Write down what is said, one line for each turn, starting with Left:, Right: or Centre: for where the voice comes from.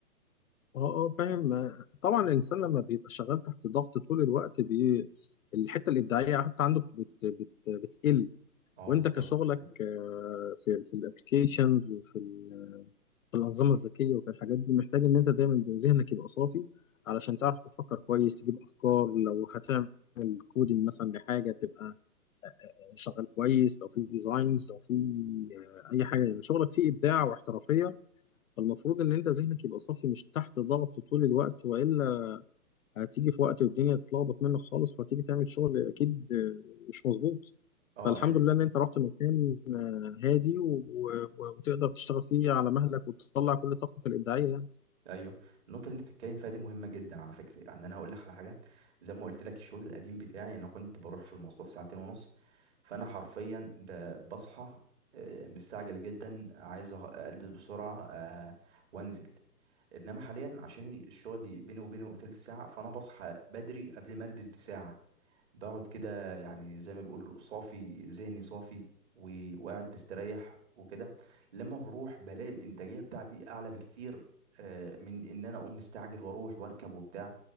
Left: اه اه فاهم آه، طبعا الانسان لما بيبقى شغال تحت ضغط طول الوقت بي الحته الابداعيه حتى عنده بت... بت... بتقل
Right: اه
Left: وانت
Right: بالظبط
Left: كشغلك آه، في في الابلكيشنز وفي ال- في الانظمه الذكيه وفي الحاجات دي محتاج ان انت دايما ذهنك يبقى صافي علشان تعرف تفكر كويس تجيب افكار لو هتعمل كودينج مثلا لحاجه تبقى شغال كويس لو في ديزاينز لو في آه، اي حاجه يعني شغلك فيه ابداع واحترافيه فالمفروض ان انت ذهنك يبقى صافي مش تحت ضغط طول الوقت والا هتيجي في وقت والدنيا تتلخبط منك خالص وهتيجي تعمل شغل اكيد آه، مش مظبوط
Right: اه
Left: فالحمد
Right: ال-
Left: لله ان انت رحت مكان آه، هادي و... و... وتقدر تشتغل فيه على مهلك وتطلع كل طاقتك الابداعيه يعني
Right: ايوه النقطة اللي انت بتتكلم فيها دي مهمة جدا على فكرة يعني انا هقول لك على حاجة زي ما قلت لك الشغل القديم بتاعي انا كنت بروح في المواصلات ساعتين ونص فانا حرفيا ب- بصحى آه، مستعجل جدا عايز أغ- البس بسرعة آه، وانزل انما حاليا عشان الشغل بيني وبينه تلت ساعه فانا بصحى بدري قبل ما البس بساعه بقعد كده يعني زي ما بيقولوا صافي ذهني صافي و- وقاعد مستريح وكده لما بروح بلاقي الانتاجيه بتاعتي اعلى بكتير آه، من ان انا اقوم مستعجل واروح واركب وبتاع